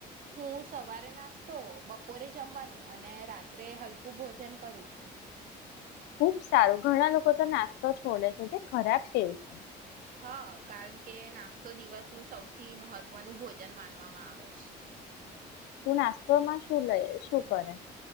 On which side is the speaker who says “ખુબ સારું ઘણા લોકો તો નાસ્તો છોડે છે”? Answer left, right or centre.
Left